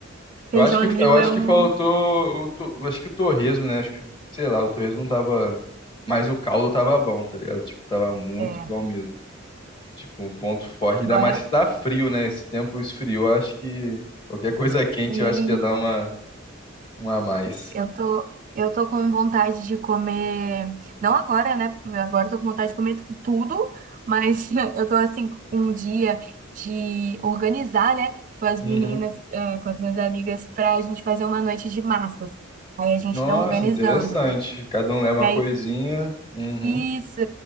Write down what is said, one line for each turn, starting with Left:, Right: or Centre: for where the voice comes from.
Right: feijão
Left: Eu acho que
Right: amigo
Left: eu acho
Right: é um,
Left: que faltou o to- acho que o torresmo, né? Acho que, sei lá, o torresmo não tava, mas o caldo tava bom, tá ligado? Tipo, tava muito
Right: é,
Left: bom mesmo. Tipo, um ponto forte, ainda
Right: agora
Left: mais que tá frio, né? Esse tempo esfriou, acho que qualquer coisa <laughs> quente
Right: sim,
Left: eu acho que ia dar uma um a mais.
Right: eu tô eu tô com vontade de comer, não agora, né? Agora eu tô com vontade de comer tudo, mas <laughs> eu tô assim com um dia de organizar, né, com as
Left: Uhum.
Right: meninas, é, com as minhas amigas pra gente fazer uma noite de massas. Aí a gente
Left: Nossa,
Right: tá organizando.
Left: interessante. Cada um leva
Right: Que
Left: uma
Right: aí
Left: coisinha. Uhum.
Right: Isso.